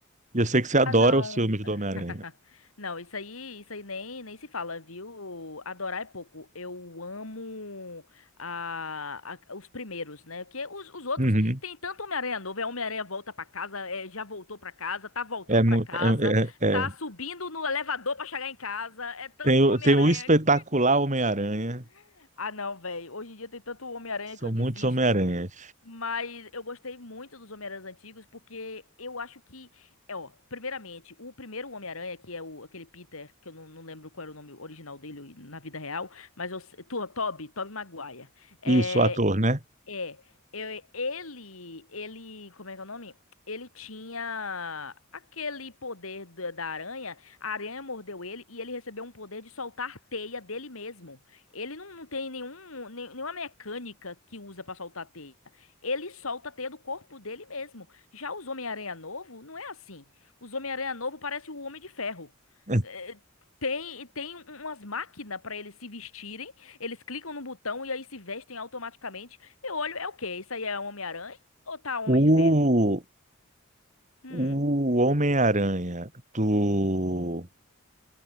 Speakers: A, on the right (about 35°); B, on the left (about 85°).
A: E eu sei que você
B: Ah,
A: adora
B: não.
A: os filmes do Homem-Aranha.
B: <laughs> Não, isso aí, isso aí nem, nem se fala, viu? Adorar é pouco. Eu amo a, a- os primeiros, né? Porque os, os outros
A: Uhum.
B: tem tanto Homem-Aranha novo, é Homem-Aranha volta pra casa, é, já voltou pra casa, tá voltando
A: É, mu-
B: pra casa,
A: é, é,
B: tá
A: é.
B: subindo no elevador pra chegar em casa, é tanto
A: Tem, o-
B: Homem-Aranha.
A: tem o espetacular
B: que-
A: Homem-Aranha.
B: <laughs> Ah, não, velho. Hoje em dia tem tanto Homem-Aranha
A: São
B: que eu desisto.
A: muitos Homem-Aranhas.
B: Mas eu gostei muito dos Homem-Aranhas antigos porque eu acho que, é, ó, primeiramente, o primeiro Homem-Aranha, que é o, aquele Peter, que eu não, não lembro qual era o nome original dele na vida real, mas eu, sei- tu, Tobey, Tobey Maguire. É,
A: Isso, o ator, né?
B: é, eu- ele, ele, como é que é o nome? Ele tinha aquele poder da, da aranha, a aranha mordeu ele e ele recebeu um poder de soltar teia dele mesmo. Ele não, não tem nenhum, nem- nenhuma mecânica que usa pra soltar teia. Ele solta a teia do corpo dele mesmo. Já os Homem-Aranha novo, não é assim. Os Homem-Aranha novo parece o Homem de Ferro.
A: <laughs>
B: É, Tem, tem um, umas máquinas pra eles se vestirem, eles clicam no botão e aí se vestem automaticamente. Eu olho, é o quê? Isso aí é Homem-Aranha ou tá Homem
A: O,
B: de Ferro? Hum,
A: o Homem-Aranha do,